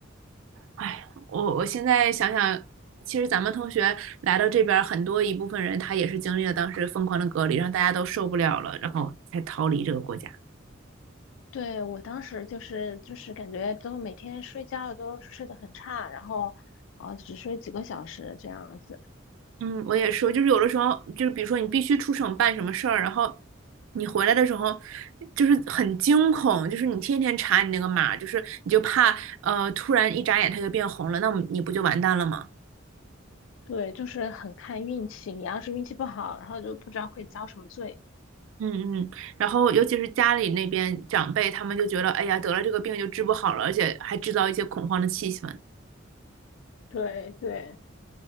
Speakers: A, on the right; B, on the left.
A: 哎呀我我现在想想，其实咱们同学来到这边儿，很多一部分人他也是经历了当时疯狂的隔离，让大家都受不了了，然后才逃离这个国家。
B: 对，我当时就是就是感觉都每天睡觉都睡得很差，然后啊、呃只睡几个小时这样子。
A: 嗯，我也说，就是有的时候，就是比如说你必须出省办什么事儿，然后你回来的时候，就是很惊恐，就是你天天查你那个码，就是你就怕呃突然一眨眼它就变红了，那我们你不就完蛋了吗？
B: 对，就是很看运气，你要是运气不好，然后就不知道会遭什么罪。
A: 嗯嗯，然后尤其是家里那边长辈，他们就觉得，哎呀，得了这个病就治不好了，而且还制造一些恐慌的气氛。
B: 对对